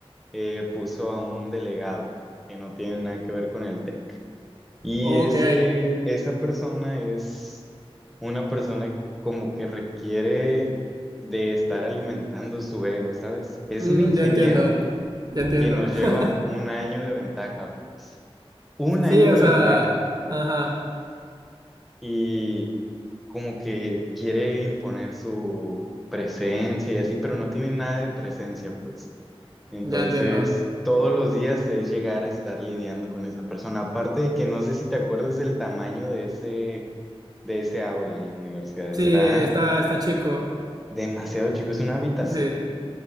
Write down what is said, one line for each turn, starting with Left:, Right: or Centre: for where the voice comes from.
Centre: eh, puso a un delegado que no tiene nada que ver con el TEC. Y
Right: Ok.
Centre: ese, esa persona es una persona como que requiere de estar alimentando su ego, ¿sabes? Es
Right: Mm,
Centre: un ingeniero
Right: ya entiendo. Ya entiendo.
Centre: que nos lleva
Right: <laughs>
Centre: un año de ventaja, pues. Un
Right: Sí,
Centre: año
Right: o
Centre: de
Right: sea,
Centre: ventaja. ¿no?
Right: ajá.
Centre: Y como que quiere imponer su presencia y así, pero no tiene nada de presencia, pues. Entonces,
Right: Ya entiendo.
Centre: todos los días es llegar a estar lidiando con esa persona. Aparte de que no sé si te acuerdas del tamaño de ese, de ese aula en la universidad.
Right: Sí,
Centre: Está
Right: está, está chico.
Centre: demasiado chico, es una habitación.
Right: Sí.